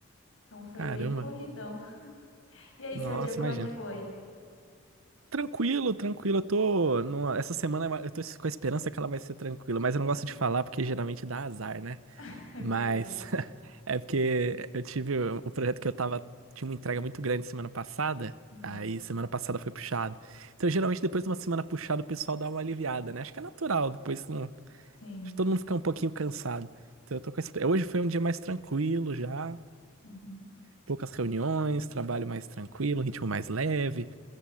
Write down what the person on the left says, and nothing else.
Então foi
bem corridão. E aí,
seu dia, como
é que foi?
<laughs> É
verdade.
Hum,
sim.
Uhum.